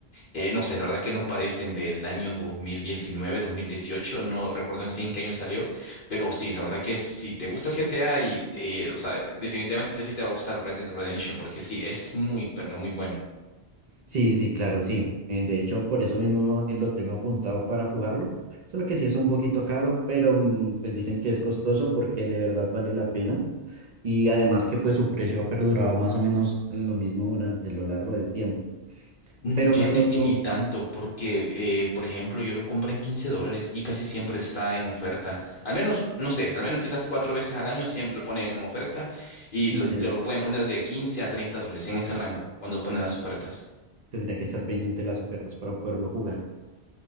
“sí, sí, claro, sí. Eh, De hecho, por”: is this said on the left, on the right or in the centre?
Right